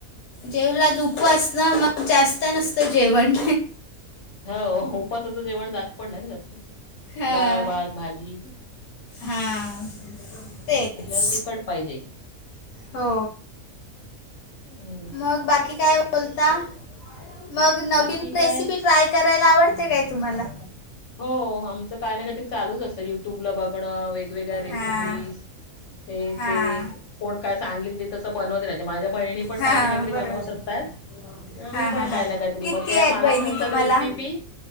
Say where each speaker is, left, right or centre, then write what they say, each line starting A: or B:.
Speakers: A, on the left; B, on the left.
A: जेवलाज उपस ना मग जास्त नसतं जेवण
B: हो उपासाचं जेवण जात पण ना जास्त
A: हां
B: डाळ भात, भाजी
A: हां तेच
B: म्हल्याला तिकट पाहिजे.
A: हो
B: हम्म
A: मग बाकी काय बोलता मग नवीन
B: बाकी
A: रेसिपी
B: काय
A: ट्राय करायला आवडते काय तुम्हाला?
B: हो आमचं काय नाही काहीतरी चालूच असतं युट्यूब ला बघणं वग वेगळ्या रेसिपीज
A: हां
B: तेथे
A: हां
B: कोण काय सांगितलं माझ्या वहिनी पण
A: हां
B: काही ना काहीतरी
A: बरोबर
B: बनवत असतात.
A: हां
B: मी पण
A: हां
B: काही
A: हां
B: ना काहीतरी
A: किती
B: मग ते
A: आहेत
B: मला
A: बहिणी
B: सांगतात
A: तुम्हाला
B: रेसिपी